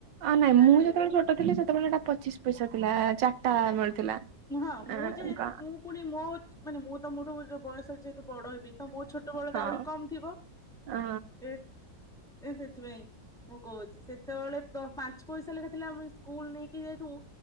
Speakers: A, on the right; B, in the centre.
A: ଅ ନାଇଁ
B: ଜାଣିଲୁ
A: ମୁଁ ଯେତେବେଳେ ଛୋଟ ଥିଲି, ସେତେବେଳେ ଏଟା ପଚିଶ ପଇସା ଥିଲା ଚାରଟା ମିଳୁଥିଲା।
B: ହଁ ମୁଁ
A: ଆଁ
B: ଯେହେତୁ
A: କ
B: ମୁଁ ପୁଣି ମୋ ମାନେ ମୁଁ ତମଠୁ ଯୋଉ ବୟସରେ ଯେହେତୁ ବଡ ହେବି ତ ମୋ ଛୋଟ ବେଳରେ
A: ହଁ।
B: ଆହୁରି କମ ଥିବ।
A: ଅ
B: ଏ ଏ ସେଥିପାଇଁ। ମୁଁ କହୁଚି ସେତେବେଳେ ପାଞ୍ଚ ପଇସା ଲେଖା ଥିଲା। ଆମେ ସ୍କୁଲ ନେଇକି ଯାଇଥିବୁ